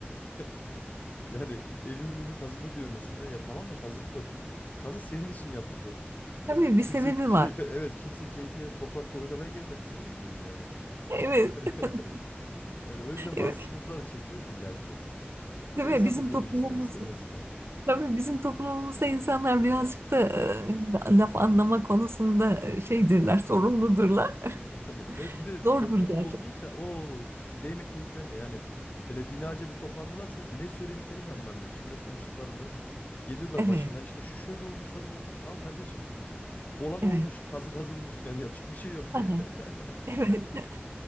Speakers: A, on the left (about 40°); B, on the right (about 75°).
A: <laughs> Yani evimin önü kazılı diyor mesela. Ya tamam da kazılı da bu kazı senin için yapıldı.
B: Tabii
A: Kimse
B: bir sebebi
A: keyfe
B: var.
A: evet kimse keyfine toprakla oynamaya gelmedi senin evin önüne yani.
B: Evet.
A: <laughs>
B: <laughs>
A: Yani o yüzden
B: Evet.
A: bazı sıkıntıları çekiyoruz illaki. Bu
B: Değil
A: da insanı
B: mi? Bizim
A: yoruyor
B: toplumumuz
A: ister istemez.
B: tabii bizim toplumumuzda insanlar birazcık da e, laf anlama konusunda e, şeydirler, sorunludurlar.
A: Yani ve
B: <laughs>
A: bir de
B: Zordur
A: topluluk
B: gerçekten.
A: olursa o değme keyiflerine yani hele binaca bir toplandılarsa ne söylediklerini de anlamıyorsun ne konuştuklarında. Geliyorlar
B: Evet.
A: başına işte şu şöyle olmuş da böyle. Tamam kardeşim olan
B: Evet.
A: olmuş kazı kazılmış yani yapacak bir şey yok.
B: Hı
A: <laughs>
B: Evet. <laughs>